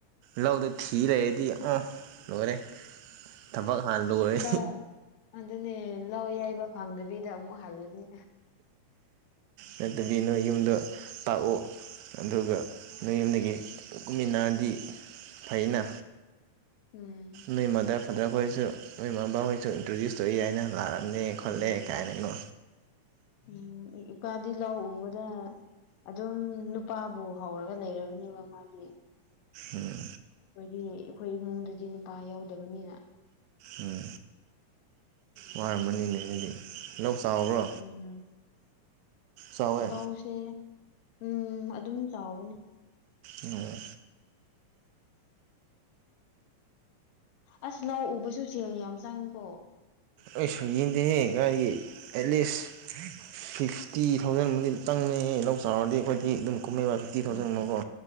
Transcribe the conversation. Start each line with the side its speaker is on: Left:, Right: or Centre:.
Right: ꯂꯧꯗꯣ ꯊꯤꯔꯗꯤ ꯎꯪ ꯂꯣꯏꯔꯦ ꯊꯕꯛ ꯍꯥꯟꯅ ꯂꯣꯏꯔꯦ
Left: ꯂꯧ ꯑꯗꯨꯅꯦ ꯂꯧ ꯌꯩꯕ ꯐꯪꯗꯕꯤꯗ ꯑꯃꯨꯛ ꯍꯜꯂꯅꯤ
Right: ꯅꯇꯕꯤ ꯅꯣꯏ ꯌꯨꯝꯗꯣ ꯇꯥꯛꯑꯣ ꯑꯗꯨꯒ ꯅꯣꯏ ꯌꯨꯝꯗꯒꯤ ꯀꯨꯃꯤꯟꯅꯔꯗꯤ ꯐꯩꯅ
Left: ꯎꯝ
Right: ꯅꯣꯏ ꯃꯥꯗꯔ ꯐꯥꯗꯔ ꯈꯣꯏꯁꯨ ꯅꯣꯏ ꯃꯕꯥꯍꯣꯏꯁꯨ ꯏꯟꯇ꯭ꯔꯣꯗ꯭ꯌꯨꯁ ꯇꯧꯏ ꯍꯥꯏꯅ ꯂꯥꯛꯑ ꯑꯅꯦ ꯈꯣꯠꯂꯦ
Left: ꯎꯝ
Right: ꯀꯥꯏꯅꯀꯣ
Left: ꯎꯝ ꯏꯄꯥꯗꯤ ꯂꯜ ꯎꯕꯗ ꯑꯗꯨꯝ ꯅꯨꯄꯥꯕꯨ ꯍꯧꯔꯒ ꯂꯩꯔꯕꯅꯦꯕ ꯃꯥꯗꯤ
Right: ꯎꯝ
Left: ꯑꯩꯈꯣꯏꯗꯤ ꯑꯩꯈꯣꯏ ꯏꯃꯨꯡꯗꯗꯤ ꯅꯨꯄꯥ ꯌꯥꯎꯗꯕꯅꯤꯅ
Right: ꯎꯝ ꯋꯥꯔꯝꯃꯅꯤꯅꯦ ꯍꯥꯏꯗꯤ ꯂꯧ ꯆꯥꯎꯕ꯭ꯔꯣ
Left: ꯎꯝ
Right: ꯆꯥꯎꯋꯦ
Left: ꯂꯧꯁꯦ ꯎꯝ ꯑꯗꯨꯝ ꯆꯥꯎꯕꯅꯤ
Right: ꯑꯣ
Left: ꯑꯁ ꯂꯧ ꯎꯕꯁꯨ ꯁꯦꯜ ꯌꯥꯝ ꯆꯪꯉꯤꯀꯣ
Right: ꯑꯩꯁ ꯌꯦꯡꯗꯦꯍꯦ ꯀꯥꯏꯒꯤ ꯑꯦꯠꯂꯤꯁ ꯁꯤꯛꯁꯇꯤ ꯊꯥꯎꯖꯟꯕꯨꯗꯤ ꯆꯪꯕꯃꯦꯍꯦ ꯂꯧ ꯆꯥꯎꯔꯗꯤ ꯑꯩꯈꯣꯏꯗꯤ ꯑꯗꯨꯝ ꯀꯨꯝꯃꯦꯕ ꯊꯥꯎꯖꯟꯃꯨꯛꯀꯣ
Left: ꯎꯝ